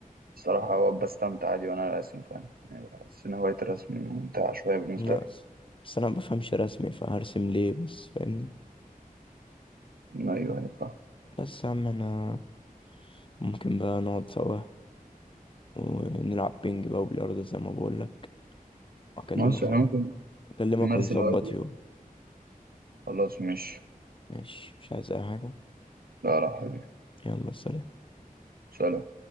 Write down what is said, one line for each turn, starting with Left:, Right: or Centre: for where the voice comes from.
Right: الصراحة هو بستمتع عادي وأنا راسم فاهم يعني بحس إن هواية الرسم ممتعة شوية بالنسبة
Left: ناقص
Right: لي
Left: بس انا مبفهمش رسمي فهرسم ليه بس فاهمني
Right: أيوه أيوه فاهم
Left: بس يا عم انا ممكن بقى نقعد سوا ونلعب بينج بقى وبلياردو زي ما بقولك اكلمك
Right: مصر إحنا ممكن
Left: اكلمك
Right: نمارس
Left: ونظبط
Right: الهوايات دي
Left: يوم
Right: خلاص مش
Left: ماشي مش عايز اي حاجة
Right: لا لا حبيبي
Left: يلا سلام
Right: سلام